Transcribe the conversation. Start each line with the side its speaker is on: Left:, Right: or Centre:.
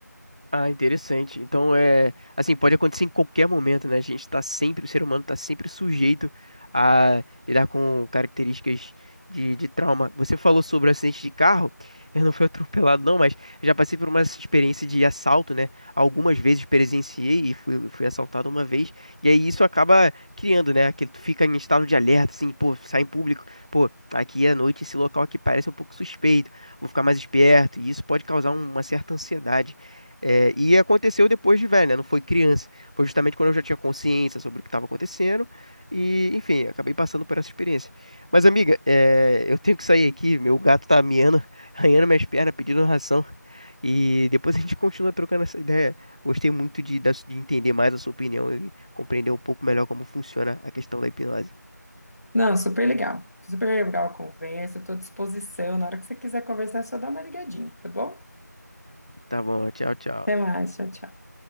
Right: Ah, interessante. Então é assim, pode acontecer em qualquer momento, né? A gente tá sempre, o ser humano tá sempre sujeito a lidar com características de, de trauma. Você falou sobre o acidente de carro, eu não fui atropelado, não, mas eu já passei por uma experiência de assalto, né? Algumas vezes presenciei e fui, fui assaltado uma vez. E aí isso acaba criando, né? Que tu fica em estado de alerta, assim, pô, sai em público, pô, aqui à noite esse local aqui parece um pouco suspeito, vou ficar mais esperto, e isso pode causar uma certa ansiedade. É, e aconteceu depois de velho, né? Não foi criança. Foi justamente quando eu já tinha consciência sobre o que estava acontecendo. E, enfim, acabei passando por essa experiência. Mas, amiga, é, eu tenho que sair aqui. Meu gato tá miando, <laughs> arranhando minhas pernas, pedindo ração. E depois a gente continua trocando essa ideia. Gostei muito de, da de entender mais a sua opinião e compreender um pouco melhor como funciona a questão da hipnose.
Left: Não, super legal. Super legal a conversa, estou à disposição. Na hora que você quiser conversar, é só dá uma ligadinha, tá bom?
Right: Tá bom, tchau, tchau.
Left: Até mais, tchau, tchau.